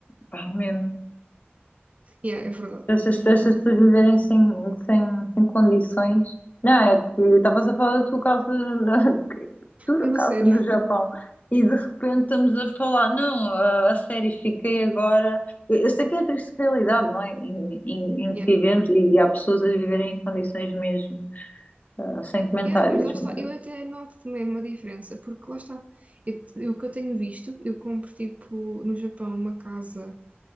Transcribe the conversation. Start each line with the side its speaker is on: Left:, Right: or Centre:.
Left: pá, é mesmo,
Right: Yeah, é verdade,
Left: essas
Right: é
Left: pessoas
Right: verdade.
Left: essas pessoas viverem sem, sem, sem condições. Não, é que estavas a falar da tua casa, na, <laughs> que- futura
Right: É uma
Left: casa
Right: sério.
Left: no Japão e de repente estamos a falar, não, a, a série fiquei agora. Eu, eu sei que é a triste realidade, não é? Em, em, em
Right: Yeah.
Left: que vivemos e, há pessoas a viverem em condições mesmo, ah, sem comentários,
Right: Yeah, mas lá está,
Left: mas
Right: eu até noto também uma diferença, porque lá está, eu, eu- o que eu tenho visto, eu compro tipo no Japão uma casa